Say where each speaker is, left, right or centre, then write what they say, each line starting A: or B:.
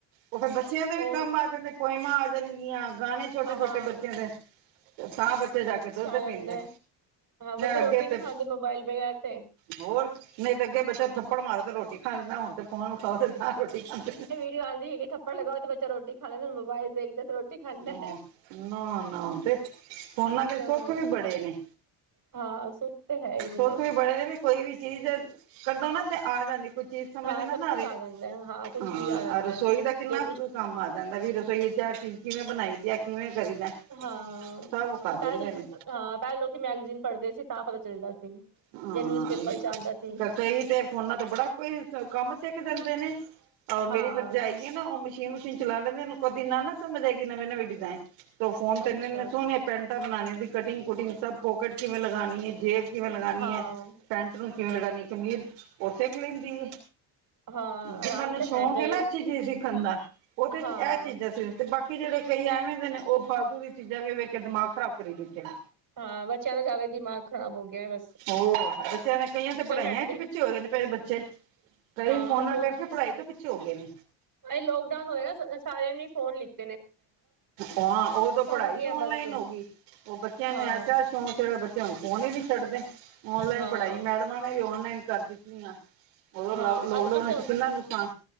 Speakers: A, on the right; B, on the right.
A: ਉ ਫਿਰ ਬੱਚਿਆਂ
B: ਉਹ
A: ਦੇ ਵੀ ਕੰਮ ਆ ਜਾਂਦੇ ਪੋਇਮਾਂ ਆ ਜਾਂਣਗੀਆਂ ਗਾਣੇ ਛੋਟੇ ਛੋਟੇ
B: ਹਾਂ
A: ਬੱਚਿਆਂ ਤੇ, ਤਾ ਬੱਚੇ ਜਾ ਕੇ ਦੁੱਧ ਪੀਂਦੇ
B: ਜਾਂਦੇ ਹਾਂ ਬੱਚੇ ਰੋਟੀ
A: ਅੱਗੇ
B: ਨੀ
A: ਤੇ
B: ਖਾਂਦੇ ਮੋਬਾਇਲ ਬਗੈਰ ਤੇ
A: ਹੋਰ, ਨਹੀਂ ਤਾਂ ਅੱਗੇ ਬੱਚਾ ਥੱਪੜ ਮਾਰੋ ਤੇ ਰੋਟੀ ਖਾ ਲੈਂਦਾ ਹੁਣ ਤੇ ਫੋਨ ਵਿਖਾਓ ਤੇ ਤਾਂ ਰੋਟੀ ਖਾਂਦੇ ਨੇ
B: ਆਂਦੀ ਹੈਗੀ ਥੱਪੜ ਲਗਾਓ ਤੇ ਬੱਚਾ ਰੋਟੀ ਖਾ ਲੈਂਦਾ, ਮੋਬਾਇਲ ਦੇਖਦੇ ਤੇ ਰੋਟੀ ਖਾਂਦਾ
A: ਹ
B: ਹੈ
A: ਨਾ ਨਾ, ਤੇ ਫੋਨਾ ਦੇ
B: ਹਾਂ
A: ਸੁੱਖ ਵੀ ਬੜੇ ਨੇ
B: ਹਾਂ ਸੁੱਖ ਤੇ ਹੈ ਹੀ।
A: ਸੁੱਖ
B: ਨੇ
A: ਵੀ ਬੜੇ ਨੇ ਵੀ, ਕੋਈ ਵੀ ਚੀਜ਼ ਕਢੋ ਨਾ ਆ ਜਾਂਦੀ ਚੀਜ਼ ਸਮਝ
B: ਹਾਂ
A: ਨਾ
B: ਸਭ
A: ਨਾ
B: ਕੁਛ
A: ਆਵੇ
B: ਆ ਜਾਂਦਾ ਹੈ ਹਾਂ ਕੁਛ
A: ਹਾਂ,
B: ਵੀ ਆ ਜਾਂਦਾ
A: ਰਸੋਈ
B: ਹੈ
A: ਦਾ ਕਿੰਨਾ
B: ਜੋ ਕੁਛ
A: ਕੰਮ ਆ ਜਾਂਦਾ ਵੀ ਰਸੋਈ ਵਿਚ ਇਹ ਚੀਜ਼ ਕਿਵੇਂ ਬਣਾਈ ਦੀ, ਆ ਕਿਵੇਂ ਕਰੀ ਦਾ
B: ਹਾਂ,
A: ਸਭ ਵਿਖਾ
B: ਪਹਿ
A: ਦਿੰਦੇ ਨੇ।
B: ਹਾਂ ਪਹਿਲ ਲੋਕੀ ਮੈਗਜ਼ੀਨ ਪੜ੍ਹਦੇ ਸੀ ਤਾਂ ਪਤਾ ਚੱਲਦਾ ਸੀ
A: ਹਾਂ
B: ਜਾਂ ਨਿਊਜ਼ਪੇਪਰ ਚ ਆਉਂਦਾ ਸੀ।
A: ਕਈ ਤੇ ਫੋਨਾ ਤੋਂ ਬੜਾ ਕੁਈ ਕੰਮ ਸਿੱਖ ਦਿੰਦੇ ਨੇ, ਔਰ
B: ਹਾਂ
A: ਮੇਰੀ ਭਰਜਾਈ ਨਾ ਉਹ ਮਸ਼ੀਨ ਮਸ਼ੀਨ ਚਲਾ ਲੈਂਦੇ, ਉਹਨੂੰ ਕਦੀ ਨਾ ਸਮਝ ਆਏਗੀ ਨਵੇਂ ਨਵੇਂ ਡਿਜ਼ਾਇਨ ਤ ਫੋਨ ਤੇ
B: ਅੱਛਾ
A: ਇਨੇ ਇ ਸਹਣੀਆਂ ਪੈਂਟਾਂ ਬਣਾਉਣੀਆਂ, ਉਹਦੀ ਕਟਿੰਗ ਕੁਟਿੰ ਸ ਪੋਕਟ ਕਿਵੇਂ ਲਗਾਉਣੀ ਹੈ ਜੇਬ ਕਿਵੇਂ ਲਗਾਉਣੀ
B: ਹਾਂ।
A: ਹੈ ਪੈਂਟ ਨੂੰ ਕਿਵੇਂ ਲਗਾਣੀ ਸੀਨ, ਉਹ ਸਿਖ ਲੈਂਦੀ ਹੈ।
B: ਹਾਂ
A: ਜਿਨਾਂ
B: ਆਰਾਮ
A: ਨੂੰ
B: ਤਾਂ
A: ਸ਼ੌਂਕ
B: ਹੈਗਾ ਹੀ
A: ਹੈ ਨਾ ਅੱਛੀ ਚੀਜ਼ ਸਿੱਖਣ ਦਾ, ਉਹ ਤੇ ਇਹ
B: ਹਾਂ
A: ਚੀਜ਼ਾਂ ਸਿਖਣ ਤੇ ਬਾਕੀ ਜਿਹੜੇ ਕਈ ਐਵੇਂ ਦੇ ਨੇ, ਉਹ ਫਾਲਤੂ ਦੀਆਂ ਚੀਜ਼ਾਂ ਵੀ ਵੇਖ ਕੇ ਦਿਮਾਗ ਖ਼ਰਾਬ ਕਰੀ ਦਿੱਤੇੇ ਨੇ।
B: ਹਾਂ ਬੱਚਿਆਂ ਦਾ ਜ਼ਿਆਦਾ ਦਿਮਾਗ ਖਰਾਬ ਹੋ ਗਿਆ ਵ
A: ਹੋਰ ਬੱਚਿਆਂ ਨੇ ਕਈਆਂ ਤੇ ਪੜ੍ਹਾਈਆਂ
B: ਹਟਦੇ
A: ਚ' ਪਿੱਛੇ ਹੋ ਰਹੇ ਨੇ ਫੇਰ ਬੱਚੇ, ਕਈ
B: ਹਾਂ
A: ਫੋਨਾਂ ਕਰਕੇ ਪੜ੍ਹਾਈ ਤੋਂ ਪਿੱਛੇ ਹੋ ਗਏ ਨੇ
B: ਅ ਲੋਕਡਾਊਨ ਹੋਇਆ ਨਾ ਸਾਰਿਆਂ ਨੇ ਫੋਨ ਲਿਤੇ
A: ਹਾਂ ਉਹ ਤੇ ਪੜ੍ਹਾਈ
B: ਹੋ ਗਈਆਂ
A: ਵੀ ਔਨਲਾਈਨ
B: ਬਸ
A: ਹੋ ਗਈ, ਉਹ ਬੱਚਿਆਂ
B: ਹਾਂ
A: ਨੂੰ ਐਸਾ ਸ਼ੋਂਕ ਚੜਿਆ ਬ ਬੱਚੇ ਹੁਣ ਫੋਨ ਹੀ ਨੀ ਛੱਡਦੇ, ਓਨਲਾਈਨ
B: ਹਾਂ
A: ਪੜ੍ਹਾਈ ਮੈਡਮਾਂ ਨੇ ਵੀ ਔਨਲਾਈਨ ਕਰ ਦਿੱਤੀਆਂ। ਉਦੋਂ
B: ਹਾਂ
A: ਲਾ ਲੋਕਡਾਊਨ
B: ਅਜ ਸਭ ਤੋਂ
A: ਵਿੱਚ ਕਿੰਨਾ ਨੁਕਸਾਨ